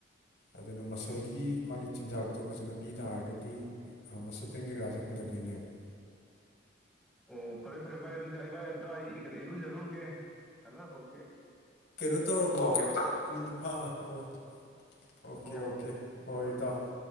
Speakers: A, on the left; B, in the centre.
A: ꯑꯗꯨꯅ ꯃꯁꯜꯒꯤ
B: ꯑꯣ,
A: ꯃꯥꯒꯤ ꯆꯤꯟꯖꯥꯛꯇꯣ ꯐꯖꯅ ꯄꯤ ꯇꯥꯔꯒꯗꯤ ꯃꯁꯜ ꯄꯦꯟ ꯀꯩꯀꯥꯁꯦ ꯍꯟꯊꯗꯣꯏꯅꯦꯕ <inaudible>
B: ꯑꯣ ꯐꯔꯦ ꯐꯔꯦ ꯐꯔꯦ ꯑꯗꯨꯗꯤ ꯑꯩꯕꯥ ꯑꯝꯇ ꯑꯩ ꯀꯩꯅꯣ ꯏꯔꯨꯖꯔꯨꯒꯦ ꯈꯟꯅꯔꯛꯄꯒꯤ
A: ꯀꯩꯅꯣ ꯇꯧꯔꯕꯣ ꯃꯤꯅꯤꯠꯥ ꯑꯣ ꯑꯣꯀꯦ
B: ꯑꯣ
A: ꯑꯣꯀꯦ
B: ꯍꯣ ꯍꯣ ꯎꯝ
A: ꯍꯣꯏ
B: ꯊꯝꯃꯣ
A: ꯏꯇꯥꯎ
B: ꯊꯝꯃꯣ